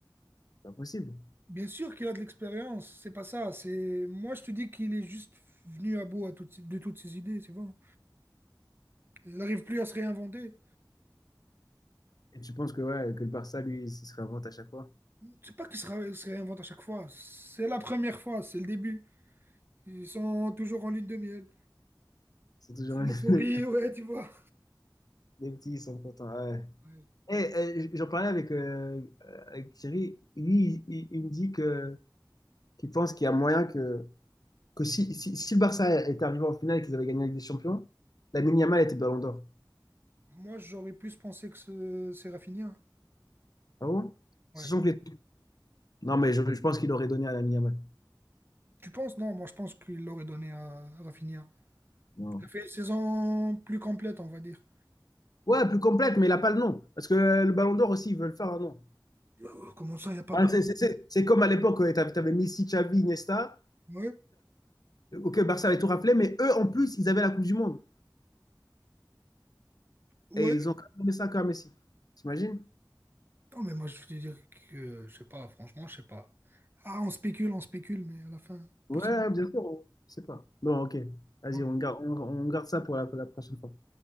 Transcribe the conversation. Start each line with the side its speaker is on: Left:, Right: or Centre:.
Left: c'est pas possible.
Right: Bien sûr qu'il a de l'expérience, c'est pas ça. C'est Moi, je te dis qu'il est juste venu à bout à toutes ces- de toutes ses idées, c'est bon. Il n'arrive plus à se réinventer.
Left: Et tu penses que, ouais, que le Barça, lui, ce serait un vente à chaque fois?
Right: C'est pas qu'il se, ra- se réinvente à chaque fois. C'est la première fois, c'est le début. Ils sont toujours en lune de miel.
Left: Ils sont toujours
Right: C'est L'euphorie,
Left: <laughs>
Right: ouais, tu vois.
Left: les petits, ils sont contents. Ouais.
Right: Ouais.
Left: Et euh, j'en parlais avec, euh, avec Thierry. Lui, il, il- il me dit que qu'il pense qu'il y a moyen que, que si, si, si le Barça était arrivé en finale et qu'ils avaient gagné la Ligue des Champions, Lamine Yamal était Ballon d'Or.
Right: Moi, j'aurais plus pensé que ce- c'est Rafinha.
Left: Ah bon? Sachant
Right: Ouais.
Left: que les- Non, mais je, je pense qu'il aurait donné à Lamine Yamal.
Right: Tu penses? Non, moi, je pense qu'il l'aurait donné à Rafinha.
Left: Non.
Right: Il a fait une saison plus complète, on va dire.
Left: Ouais, plus complète, mais il n'a pas le nom. Parce que euh, le Ballon d'Or aussi, ils veulent faire un nom.
Right: Euh, Comment ça, il n'y a pas
Left: Ah,
Right: de nom?
Left: c'est c'est- c'est- c'est comme à l'époque, tu avais, Messi, Xavi, Iniesta.
Right: Ouais,
Left: Ok, Barça avait tout raflé, mais eux, en plus, ils avaient la Coupe du Monde.
Right: ouais.
Left: Et ils ont quand même donné ça à Messi. T'imagines?
Right: Non, mais moi, je veux dire que, je sais pas, franchement, je sais pas. Ah, on spécule, on spécule, mais à la fin,
Left: Ouais,
Right: personne.
Left: bien sûr. on- Je sais pas. Bon, ok. Vas-y,
Right: Ouais.
Left: on garde, on, on garde ça pour la, pour la prochaine fois.